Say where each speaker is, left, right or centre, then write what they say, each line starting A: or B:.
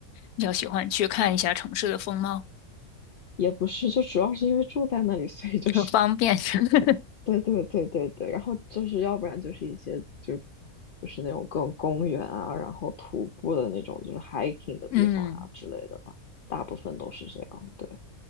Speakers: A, on the left; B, on the left.
A: 比较喜欢去看一下城市的风貌，
B: 也不是，就主要是因为住在那里，所以就是，
A: 很方便。<laughs>
B: 对对对对对，然后就是要不然就是一些就就是那种各种公园啊，然后徒步的那种就是 hiking 的地方啊之类的吧，
A: 嗯
B: 大部分都是这样，对，